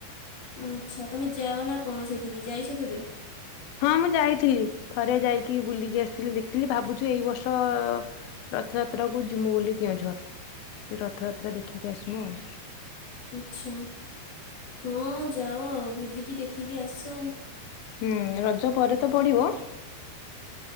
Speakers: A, on the left; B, on the left.
A: ଆଚ୍ଛା ତୁମେ ଯାଅ ନା କଣ ସେଇଠିକି ଯାଇଛ କେବେ?
B: ହଁ ମୁଁ ଯାଇଥିଲି ଥରେ ଯାଇକି ବୁଲିକି ଆସିଥିଲି ଦେଖିଥିଲି ଭାବୁଛିୁ ଏଇ ବର୍ଷ ରଥଯାତ୍ରା କୁ ଯିମୁ ବୋଲି କେଉଁଝର ଟିକେ ରଥଯାତ୍ରା ଦେଖିକି ଆସିବୁ ଆଉ
A: ଆଛା ହଁ ଯାଅ ଆଉ ବୁଲିକି ଦେଖିକି ଆସ।
B: ହୁଁ ରଜ ପରେ ତ ପଡିବ